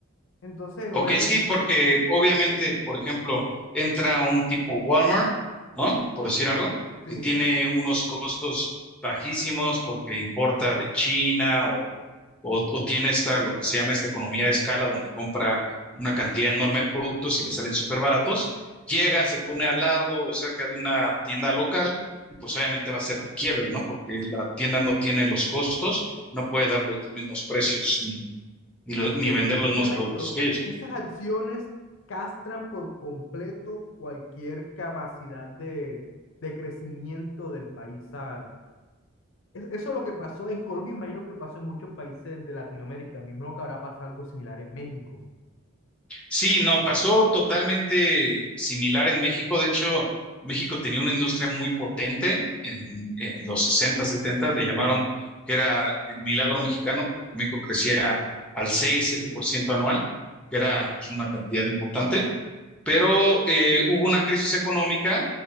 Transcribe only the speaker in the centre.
Ok, sí, porque
obviamente, por ejemplo, entra un tipo Walmart, ¿no? Por decir algo,
que tiene unos costos bajísimos porque importa de China o, o, o tiene esta, lo que se llama esta economía de escala, donde compra una cantidad enorme de productos y le salen súper baratos. Llega, se pone al lado o cerca de una tienda local y pues obviamente va a ser que quiebre, ¿no? Porque la tienda no tiene los costos, no puede dar los mismos precios ni, ni, lo-
ni vender
los mismos productos que ellos.
Sí, no, pasó totalmente similar en México. De hecho, México tenía una industria muy potente en, en los 60, 70, le llamaron que era el milagro mexicano, porque México crecía al seis, siete por ciento anual, que era pues, una cantidad importante pero eh, hubo una crisis económica